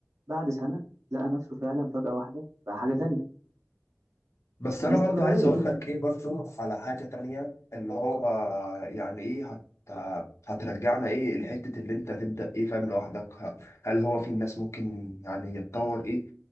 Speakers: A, on the right; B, on the left.
A: بعد سنه لقى نفسه فعلا فجاه واحده بقى حاجه تانية
B: بس
A: الاستمرارية
B: انا برضه عايز اقول لك ايه برضه على حاجه تانية اللي هو آه، يعني ايه هت هترجعنا ايه لحته اللي انت تبدا ايه فاهم لوحدك ه- هل هو في الناس ممكن يعني يتطور ايه